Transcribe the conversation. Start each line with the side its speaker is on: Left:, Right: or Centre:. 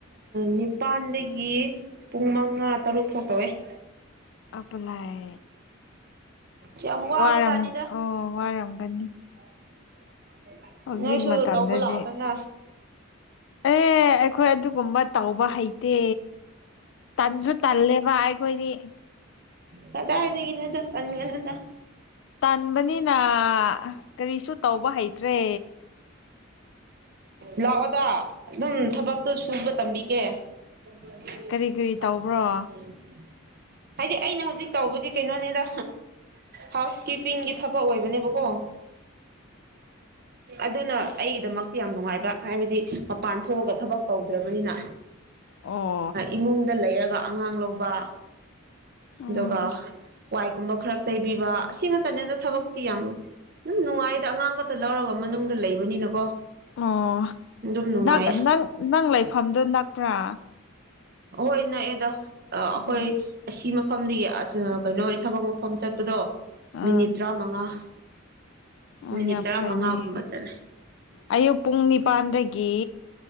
Right: ꯅꯤꯄꯥꯟꯗꯒꯤ ꯄꯨꯡ ꯃꯉꯥ ꯇꯔꯨꯛ ꯐꯥꯎ ꯇꯧꯋꯦ <inaudible>
Left: ꯑꯂꯥꯏ
Right: ꯌꯥꯝ ꯋꯥꯕꯖꯥꯠꯅꯤꯗ
Left: ꯋꯥꯔꯝ ꯑꯣ ꯋꯥꯔꯝꯒꯅꯤ
Right: <inaudible>
Left: ꯍꯧꯖꯤꯛ
Right: ꯅꯣꯏꯁꯨ
Left: ꯃꯇꯝꯗꯗꯤ
Right: ꯇꯧꯕ ꯂꯥꯛꯑꯣꯗꯅ
Left: ꯑꯦ ꯑꯩꯈꯣꯏ ꯑꯗꯨꯒꯨꯝꯕ ꯇꯧꯕ ꯍꯩꯇꯦ ꯇꯟꯁꯨ ꯇꯜꯂꯦꯕ ꯑꯩꯈꯣꯏꯗꯤ
Right: ꯀꯗꯥꯏꯗꯒꯤꯅꫭꯗ ꯇꯟꯒꯅꯨꯗ
Left: ꯇꯟꯥꯟꯕꯅꯤꯅ ꯀꯔꯤꯁꯨ ꯇꯧꯕ ꯍꯩꯇ꯭ꯔꯦ
Right: ꯂꯥꯛꯑꯣꯗ ꯑꯗꯨꯝ ꯊꯕꯛꯇꯨ ꯁꯨꯕ ꯇꯝꯕꯤꯒꯦ <unintelligible>
Left: ꯀꯔꯤ ꯀꯔꯤ ꯇꯧꯕ꯭ꯔꯣ ꯑꯣ
Right: <inaudible> ꯍꯥꯏꯗꯤ ꯑꯩꯅ ꯍꯧꯖꯤꯛ ꯇꯧꯕꯗꯤ ꯀꯩꯅꯣꯅꯤꯗ ꯍꯥꯎꯁ ꯀꯤꯞꯄꯤꯡꯒꯤ ꯊꯕꯛ ꯑꯣꯏꯕꯅꯦꯕꯀꯣ ꯑꯗꯨꯅ ꯑꯩꯒꯤꯗꯃꯛ ꯌꯥꯝ ꯅꯨꯡꯉꯥꯏꯕ ꯍꯥꯏꯕꯗꯤ ꯃꯄꯥꯟ ꯊꯣꯛꯑꯒ ꯊꯕꯛ ꯇꯧꯗ꯭ꯔꯕꯅꯤꯅ
Left: ꯑꯣ
Right: ꯏꯃꯨꯡꯗ ꯂꯩꯔꯒ ꯑꯉꯥꯡ ꯂꯧꯕ
Left: ꯎꯝ
Right: ꯑꯗꯨꯒ ꯋꯥꯏꯒꯨꯝꯕ ꯈꯔ ꯇꯩꯕꯤꯕ ꯑꯁꯤꯃꯛꯇꯅꯦꯗ ꯊꯕꯛꯇꯤ ꯌꯥꯝ ꯑꯗꯨꯝ ꯅꯨꯡꯉꯥꯏꯗ ꯑꯉꯥꯡ ꯈꯛꯇ ꯂꯧꯔꯒ ꯃꯅꯨꯡꯗ ꯂꯩꯕꯅꯤꯅꯀꯣ
Left: ꯑꯣ
Right: ꯑꯗꯨꯝ ꯅꯨꯡꯉꯥꯏꯌꯦ
Left: ꯅꯪ ꯅꯪ ꯅꯪ ꯂꯩꯐꯝꯗꯨ ꯅꯛꯄ꯭ꯔꯥ
Right: ꯍꯣꯏ ꯅꯛꯑꯦꯗ ꯑꯩꯈꯣꯏ
Left: ꯎꯝ
Right: ꯑꯁꯤꯃ ꯃꯐꯝꯗꯤꯗꯒꯤ ꯀꯩꯅꯣ ꯊꯕꯛ ꯃꯐꯝ ꯆꯠꯄꯗꯣ
Left: ꯑꯥ
Right: ꯃꯤꯅꯤꯠ ꯇꯔꯥꯃꯉꯥ
Left: ꯑꯣ
Right: ꯃꯤꯅꯤꯠ
Left: ꯌꯥꯝ
Right: ꯇꯔꯥꯃꯉꯥꯒꯨꯝꯕ
Left: ꯐꯩꯅꯦ
Right: ꯆꯠꯂꯦ
Left: ꯑꯌꯨꯛ ꯄꯨꯡ ꯅꯤꯄꯥꯟꯗꯒꯤ